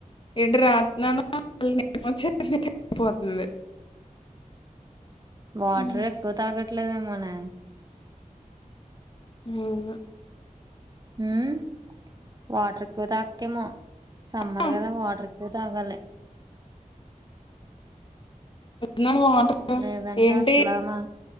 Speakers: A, on the left; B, on the right.
A: ఎటు రాత్ననానో కళ్ళేమో <unintelligible> పోతుంది
B: వాటర్
A: హ్మ్.
B: ఎక్కువ తాగట్లేదేమోనే
A: అవునా
B: ఉమ్మ్ వాటర్ ఎక్కువ తాగక్కేమో సమ్మర్
A: ఆ,
B: కదా వాటర్ ఎక్ పోతాగాలే
A: నో వాటరు
B: లేదంటే
A: ఏంటి
B: అసలామా